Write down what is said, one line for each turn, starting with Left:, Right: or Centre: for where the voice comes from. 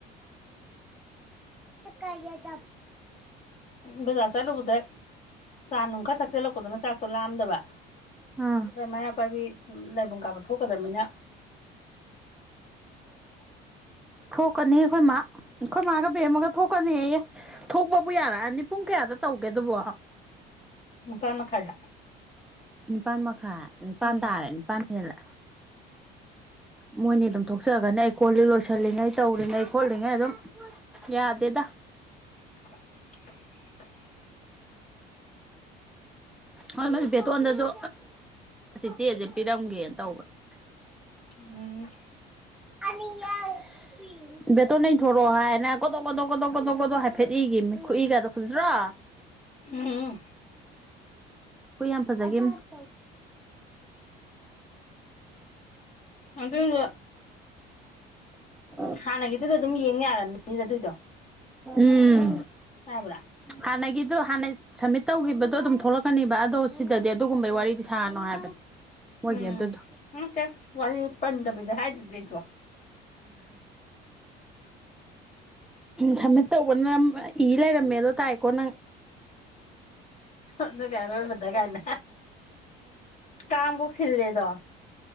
Centre: ꯊꯀꯥꯏ
Left: ꯕꯖꯥ ꯆꯂꯨꯕꯗ ꯆꯥ ꯅꯨꯡ ꯈꯔ ꯊꯛꯆꯜꯂꯛꯄꯗꯨꯅ ꯆꯥꯛꯇꯣ ꯂꯥꯝꯗꯕ
Centre: ꯑꯥ
Left: ꯃꯩꯔꯄꯕꯤ ꯂ ꯀꯥꯕ ꯊꯣꯛꯣꯛꯀꯗꯕꯅꯤꯅ
Centre: ꯊꯣꯛꯀꯅꯤ ꯑꯩꯈꯣꯏ ꯃꯥ ꯑꯩꯈꯣꯏ ꯃꯥꯒ ꯕꯦꯝꯃꯒ ꯊꯣꯛꯀꯅꯤ ꯊꯣꯛꯄꯕꯨ ꯌꯥꯔꯛꯑꯅꯤ ꯄꯨꯡ ꯀꯌꯥꯗ ꯇꯧꯒꯦ ꯑꯗꯨꯕꯣ
Left: ꯄꯥꯜ ꯃꯈꯥꯏꯗ
Centre: ꯅꯤꯄꯥꯥꯟ ꯃꯈꯥꯏ ꯑꯗꯨ ꯅꯤꯄꯥꯟ
Left: ꯎꯝ
Centre: ꯇꯥꯔꯦꯅꯦ ꯄꯥꯟꯈꯦꯜꯗ ꯃꯣꯏꯅꯤ ꯑꯗꯨꯝ ꯊꯣꯛꯆꯒꯅꯤ ꯑꯩ ꯀꯣꯜꯂꯤ ꯂꯣꯏꯁꯤꯜꯂꯤꯉꯩ ꯇꯧꯔꯤꯉꯩ ꯈꯣꯠꯂꯤꯉꯩ ꯑꯗꯨꯝ ꯌꯥꯗꯦꯗ
Left: <inaudible>
Centre: ꯍꯣꯏ ꯃꯁꯤ ꯕꯦꯇꯣꯟꯗꯁꯨ ꯆꯦꯁꯦ ꯄꯤꯔꯝꯒꯦꯅ ꯇꯧꯕꯅꯦ
Left: ꯎꯝ
Centre: <unintelligible> ꯏꯕꯇꯣꯅ ꯊꫭꯔꯛꯔꯣ ꯍꯥꯏꯅ ꯀꯣ ꯀꯗꯧ ꯀꯗꯧ ꯀꯗꯧ ꯀꯗꯣ ꯍꯥꯏꯐꯦꯠꯏꯒꯤꯅꯤ ꯈꯏꯒꯗ ꯈꯖ꯭ꯔꯥ
Left: ꯎꯝ
Centre: ꯍ ꯐꯖꯒꯤꯝꯅꯤ <inaudible>
Left: ꯑꯗꯨꯏꯗꯣ
Centre: <unintelligible>
Left: ꯍꯥꯟꯅꯒꯤꯗꯨꯗ ꯑꯗꯨꯝ ꯌꯦꯡ ꯌꯥꯔꯕꯅꯤꯗ ꯑꯗꯨꯏꯗꯣ
Centre: ꯎꯝ
Left: ꯌꯥꯕ꯭ꯔꯥ
Centre: ꯍꯅꯒꯗꯨ ꯍꯅ ꯁꯝꯃꯤꯠ ꯇꯧꯈꯤꯕꯗꯣ ꯑꯗꯨꯝ ꯊꯣꯛꯂꯛꯀꯅꯤꯕ ꯑꯗꯣ ꯁꯤꯗꯗꯤ ꯑꯗꯨꯒꯨꯝꯕꯩ ꯋꯥꯔꯤꯗꯤ ꯁꯥꯔꯅꯣ ꯍꯥꯏꯕꯅꯦ ꯃꯣꯏꯒꯤ
Left: ꯎꯝ
Centre: ꯑꯗꯨꯗꯣ
Left: ꯃꯀꯦ ꯋꯥꯏ ꯄꯗꯕꯗ ꯍꯥꯏ <unintelligible> ꯂꯩ <unintelligible>
Centre: ꯁꯝꯃꯤꯠ ꯇꯧꯕꯅ ꯏ ꯂꯩꯔꯝꯃꯦꯗꯣ ꯇꯥꯏꯀꯣ ꯅꯪ
Left: ꯑꯗꯨꯒ ꯑꯔꯣꯏꯕꯗ ꯒꯥꯏꯅ ꯀꯥꯡ ꯐꯥꯎ ꯁꯤꯜꯂꯦꯗꯣ